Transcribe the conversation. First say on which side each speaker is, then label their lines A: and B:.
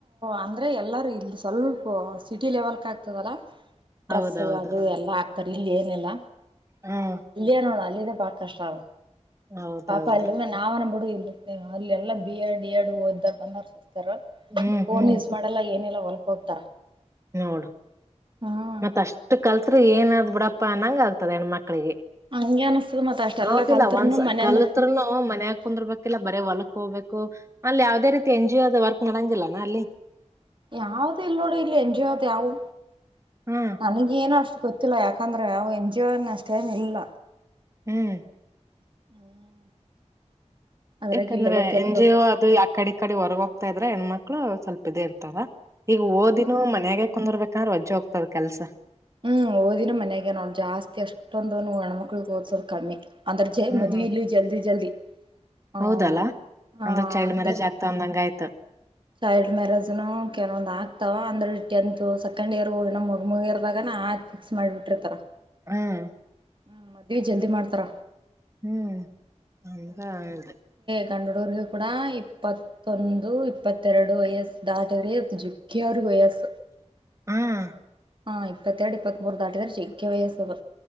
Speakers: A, on the right; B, on the right.
A: ಅಂದ್ರೆ ಎಲ್ಲಾರೂ ಇಲ್ಲಿ ಸ್ವಲ್ಪ ಸಿಟಿ ಲೆವೆಲ್ ಕ ಆಗ್ತದಲ್ಲ ಡ್ರೆಸ್ಸ್ಸ
B: ಹೌದೌದು
A: ಅದು ಎಲ್ಲಾ ಆತ ತರ್ ಇಲ್ಲಿ ಏನೆಲ್ಲ
B: ಹ್ಮ್
A: ಅಲ್ಲಿಯ ನೋಡ ಅಲ್ಲಿ ಬಲ್ ಕಷ್ಟಾಅದ
B: ಹೌದೌದು
A: ಪಾಪಾ ಇಲ್ಲಲ್ಲ ನಾವು ನಮ್ ಹುಡುಗ ಅಲ್ಲೆಲ್ಲಾ ಬಿ ಎಡ್ ಡಿ ಎಡ್ ಓದ್ದರ್. ಪಂದ್ರ.
B: ಹ್ಮ್
A: ಫೋನ್
B: ಹ್ಮ್
A: ಯೂಸ್ ಮಾಡಲ್ಲ ಏನ ಎಲ್ಲ ಹೊಲ್ಕ ಹೋಗ್ತಾರ
B: ನೋಡು
A: ಹ್ಮ್
B: ಮತ್ತ ಅಷ್ಟು ಕಲ್ಸ ಏನಾದ್ ಬಿಡಪ್ಪ ಅನ್ನಂಗ ಆಗ್ತದೆ ಹೆಣ್ಣ್ಮ. ಮಕ್ಕಳಿಗೆ
A: ಹಂಗೆ ಅನಸ್ತದ ಮತ್ ಅಷ್ಟೆಲ್ಲಾ
B: ಹೌದಿಲ್ಲ
A: ಕಲ್ತ್ರುನು
B: ಒಂದಸ
A: ಮನ್ಯಂದ
B: ಕಲ್ಲತ್ರನು ಮನೆ ಕುಂದರ್ಬೇಕಿಲ್ಲ ಬರ ಹೊಲಕ್ ಹೋಬೇಕು ಅಲ್ಲಿ ಯಾವದೇ ರೀತಿ ಎನ್ ಜಿ ಒದ ವರ್ಕ್ನಡಂಗಿಲ್ಲನಾ ಅಲ್ಲಿ
A: ಯಾವ್ದ ಇಲ್ ನೋಡು ಇಲ್ಲಿ ಎನ್ ಜಿ ಅದು ಯಾವವು
B: ಹ್ಮ್
A: ನನಗ ಏನು ಅಷ್ಟು ಗೊತ್ತಿಲ್ಲ ಯಾಕಂದ್ರೆ ಯಾವ ಎನ್ ಜಿ ನ್ ಅಷ್ಟೇನ್ ಇಲ್ಲ
B: ಹ್ಮ್.
A: <inaudible> ಅದ್ರಾಗ
B: ಯಾಕಂದ್ರೆ
A: ಇಲ್ಲೆಲ್ಲ ತೆಲುಗು
B: ಎನ್ ಜಿ ಅದು ಆಕಡಿ ಕಡೆ ಹೊರ್ಗೋಗ್ತಾ ಇದ್ರ ಹೆಣ್ಮಕ್ಳು ಮಕ್ಕಳು ಸ್ವಲ್ಪ ಇದೇ ಇರ್ತಾರ ಈಗ ಓದಿನನು ಮನ್ಯಾಗೆ ಕುಂದರ್ಬೇಕಂದ್ರೆ ರಜ್ಜೆ ಹೋಗ್ತಾರ ಕೆಲ್ಸ
A: ಹ್ಮ್ ಓದಿನ ಮನ್ಯಾಗ ನೋಡ್ ಜಾಸ್ತಿ ಅಷ್ಟೊಂದು ಹೆಣ್ಮಕ್ಳಗ್ ಓದ್ಸೋದು ಕಮ್ಮಿ ಅದ್ರ ಜೆ
B: ಹ್ಮ್
A: ಮದವಿ ಇಲ್ಲಿ ಜಲ್ದಿ ಜಲ್ದಿ ಆ
B: ಹೌದಲ್ಲ
A: ಹ
B: ಚೈಲ್ಡ್
A: ಅಂದ್ರೆ
B: ಮ್ಯಾರೇಜ್ ಆಗ್ತಾ ಅಂದಂಗ ಆಯ್ತು
A: ಚೈಲ್ಡ್ ಮ್ಯಾರೇಜ್ನು ಕೆಲವೊಂದ್ ಆಗ್ತವ ಅಂದ್ರೆ ಟೆಂತ್ ಸೆಕೆಂಡ್ ಇಯರ್ ಮುಗ ಮುಗಿರ್ದಾಗ ಆಯ್ತ ಫಿಕ್ಸ್ ಮಾಡ್ಬಿಟ್ಟ್ರರ್ತಾರ
B: ಹಮ್.
A: ಹ್ಮ್ ಮದ್ವೆ ಜಲ್ದಿ ಮಾಡ್ತಾರ
B: ಹ್ಮ್ ಎಂತ ಅದೇ
A: ತಂಡಡೂರಿಗೆ ಕೂಡ ಇಪ್ಪತ್ತೊಂದು ಇಪ್ಪತ್ತೆರಡು ವಯಸ್ಸು- ಡಾಟರ ಜಕ್ಕಿಯ ಅವ್ರ ವಯಾಸು
B: ಹ್ಮ್
A: ಹಾಂ ಇಪ್ಪತ್ತರ ಇಪ್ಪತೆರದು ಇಪತ್ತಮೂರು ದಾಟಿ ತಾರೆ ಜೇಗ್ಗೆ ವಯಸ್ ಅದು